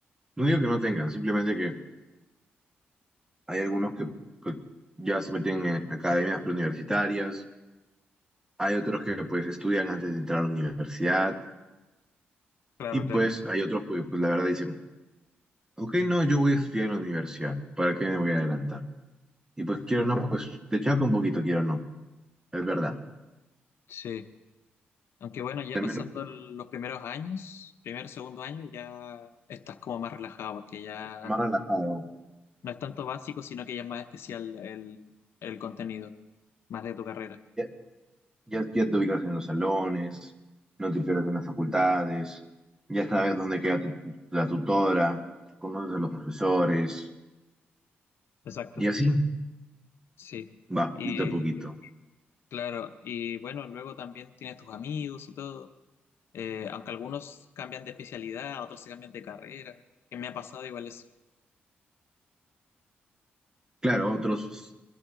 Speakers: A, on the right; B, on the left.
A: No digo que no tengan, simplemente que hay algunos que ya se meten en academias preuniversitarias, hay otros que pues estudian antes de entrar a la universidad
B: Claro,
A: y pues
B: claro,
A: hay otros que pues la verdad dicen, ok, no, yo voy a estudiar en la universidad, ¿para qué me voy a adelantar? Y pues quiero o no, pues te chaco un poquito, quiero o no. Es verdad.
B: sí. Aunque bueno, ya
A: También
B: pasando el- los primeros años, primer, segundo año, ya estás como más relajado porque ya
A: más relajado.
B: no es tanto básico, sino que ya es más especial el, el contenido, más de tu carrera.
A: Ya, ya, ya te ubicas en los salones, no te pierdes en las facultades, ya sabes dónde queda tu, la tutora, conoces a los profesores,
B: Exacto,
A: y así
B: sí.
A: va,
B: Y
A: poquito a poquito.
B: claro, y bueno, luego también tienes tus amigos y todo, Eh, aunque algunos cambian de especialidad, otros se cambian de carrera, que me ha pasado igual eso.
A: Claro, otros